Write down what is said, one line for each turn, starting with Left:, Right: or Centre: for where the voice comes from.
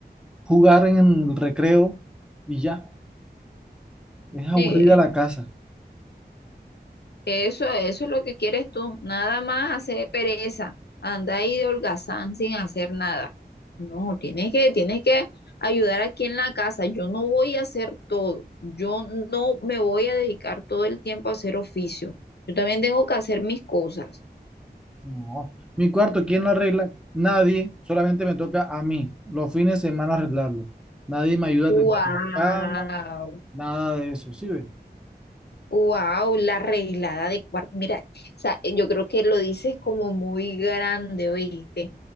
Centre: jugar en el recreo y ya. Es aburrida
Left: Eh,
Centre: la casa.
Left: Eso, eso es lo que quieres tú, nada más hacer pereza, anda ahí de holgazán sin hacer nada. No, tienes que, tienes que ayudar aquí en la casa. Yo no voy a hacer todo, yo no me voy a dedicar todo el tiempo a hacer oficio. Yo también tengo que hacer mis cosas.
Centre: No. Mi cuarto, ¿quién lo arregla? Nadie, solamente me toca a mí, los fines de semana arreglarlo. Nadie me ayuda
Left: Wow,
Centre: a tender la cama, nada de eso, ¿sí ves?
Left: wow, la arreglada de cuarto. Mira, o sea, yo creo que lo dices como muy grande, oíste.